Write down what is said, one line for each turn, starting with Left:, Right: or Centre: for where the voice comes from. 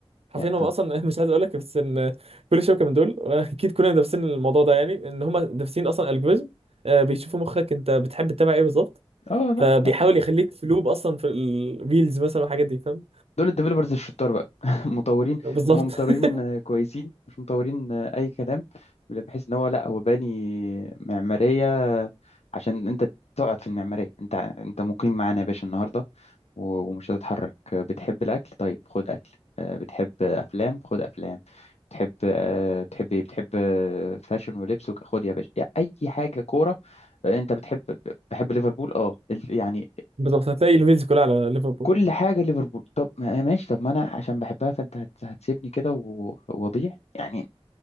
Right: حرفيا
Left: يعني
Right: هم اصلا
Left: طب
Right: <laughs> مش عايز اقول لك بس ان كل شبكه من دول واكيد كلنا دارسين الموضوع ده يعني ان هم دارسين اصلا الجوريزم بيشوفوا مخك انت بتحب تتابع ايه بالظبط
Left: اه لا
Right: فبيحاول يخليك في لوب اصلا في الريلز مثلا والحاجات دي فاهم
Left: دول الديفلوبرز الشطار بقى <laughs> مطورين
Right: بالظبط
Left: هم مطورين
Right: <laughs>
Left: آه، كويسين مش مطورين آه، اي كلام بحيث ان هو لا هو باني معماريه عشان انت تقعد في المعماريه انت انت مقيم معانا يا باشا النهارده و- ومش هتتحرك آه، بتحب الاكل طيب خد اكل آه، بتحب افلام خد افلام بتحب آه، بتحب ايه بتحب آه، فاشن ولبس وك- خد يا باشا يعني اي حاجه كوره آه، انت بتحب بحب ليفربول اه ال- يعني
Right: بالظبط هتلاقي الفيديو كلها على ليفربول
Left: كل حاجه ليفربول طب ما- آه، ماشي طب ما انا عشان بحبها فانت هت- هتسيبني كده و- وأضيع يعني